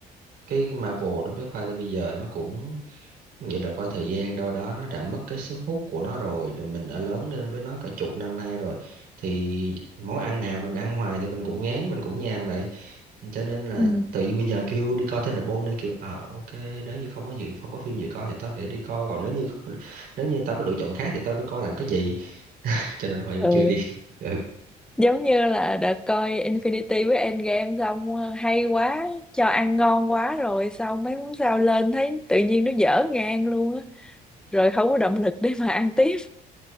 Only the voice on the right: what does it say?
cái Marvel đối với Khoa tới bây giờ nó cũng Vậy là qua thời gian đâu đó nó đã mất cái sức hút của nó rồi, rồi mình đã lớn lên với nó cả chục năm nay rồi. Thì món ăn nào mình ăn hoài thì mình cũng ngán, mình cũng nhàm vậy. Cho nên là
tự nhiên bây giờ kêu đi coi Thunderbolt này kiểu ờ ok, nếu như không có dự không có phim gì coi thì tao phải đi coi, còn nếu như không nếu như tao có lựa chọn khác thì tao đi coi làm cái gì? <laughs> Cho nên hồi vẫn
chưa đi. <laughs> Ừ,